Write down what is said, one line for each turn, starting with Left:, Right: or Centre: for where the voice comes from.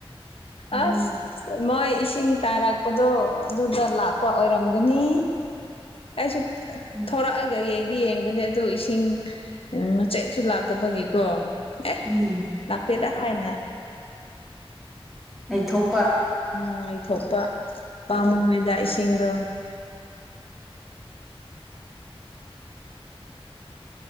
Centre: ꯎꯝ
Left: ꯑꯁ ꯃꯣꯏ ꯏꯁꯤꯡꯤꯡ ꯇꯥꯔꯛꯄꯗꯣ ꯑꯗꯨꯗ ꯂꯥꯛꯄ ꯑꯣꯏꯔꯝꯒꯅꯤ ꯀꯁꯨ
Centre: ꯎꯝ
Left: ꯊꯣꯔꯛꯑꯒ ꯌꯦ ꯗꯤ ꯌꯦꯡꯕꯅꯦ ꯑꯗꯣ ꯏꯁꯤꯡ ꯃꯆꯦꯠꯁꯨ ꯂꯥꯛꯇꯕꯒꯤꯀꯣ ꯑꯦ
Centre: ꯎꯝ
Left: ꯂꯅꯥꯄꯤꯦꯗ ꯍꯥꯏꯥꯏꯅ
Centre: ꯂꯩꯊꯣꯛꯄ
Left: ꯎꯝ ꯂꯩꯊꯣꯛꯄ ꯄꯥꯃꯣꯏꯣꯏ ꯂ ꯏꯁꯤꯡꯁꯤꯡꯗ
Centre: <inaudible>